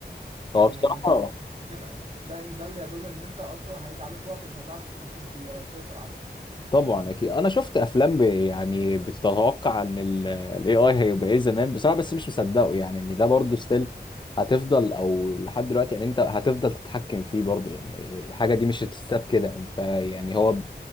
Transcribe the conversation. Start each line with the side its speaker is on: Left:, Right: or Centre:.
Left: هو
Right: يعني
Left: بصراحه
Right: انت ده ده ده اللي يدل ان انت اصلا هيجي عليك وقت مش هتعرف تتحكم فيه ولا تسيطر عليه
Left: طبعا اكيد انا شفت افلام ب... يعني بتتوقع ان الاي اي هيبقى ايه زمان بصراحه بس مش مصدقه يعني ان ده برضه ستيل هتفضل او لحد دلوقتي يعني انت هتفضل تتحكم فيه برضه يعني الحاجه دي مش هتتساب كده انت يعني هو